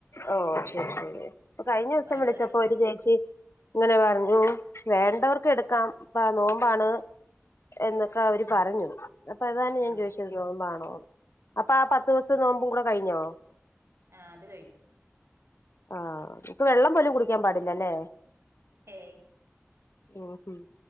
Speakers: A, on the left; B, on the right.
A: ഓ ശരി ശരി അപ്പൊ കഴിഞ്ഞ ദിവസം
B: വേണ്ടോര്
A: വിളിച്ചപ്പൊ
B: എടുക്കും
A: ഒരു ചേച്ചി ഇങ്ങനെ പറഞ്ഞു വേണ്ടവർക്ക് എടുക്കാം ഇപ്പ നോമ്പാണ്. എന്നൊക്കെ അവര്
B: ഉം
A: പറഞ്ഞു അപ്പൊ അതാണ് ഞാൻ
B: ആഹ്
A: ചോദിച്ചത് നോമ്പാണോന്ന്. അപ്പൊ ആ പത്ത് ദിവസം
B: ഉം
A: നോമ്പ് കൂടെ കഴിഞ്ഞോ?
B: ആഹ് അത് കഴിഞ്ഞു.
A: ആ ഇപ്പ വെള്ളം പോലും കുടിക്കാൻ പാടില്ലല്ലേ
B: ഹേയ്
A: ഓ ഹും